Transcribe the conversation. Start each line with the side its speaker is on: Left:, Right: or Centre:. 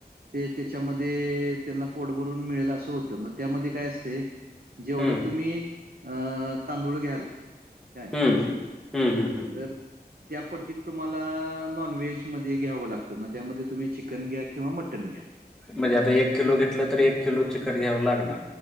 Right: ते त्याच्यामध्ये त्यांना पोट भरून मिळेल असं होतं मग त्यामध्ये काय असते जेवढं
Centre: हम्म
Right: तुम्ही अ तांदूळ घ्या काय
Centre: हम्म, हम्म, हम्म, हम्म.
Right: तर त्या पट्टीत तुम्हाला नॉनव्हेज मध्ये घ्यावं लागतं मग त्यामध्ये तुम्ही चिकन घ्या किंवा मटन घ्या.
Centre: म्हणजे आता एक किलो घेतलं तरी एक किलो चिकन घ्यावं लागणार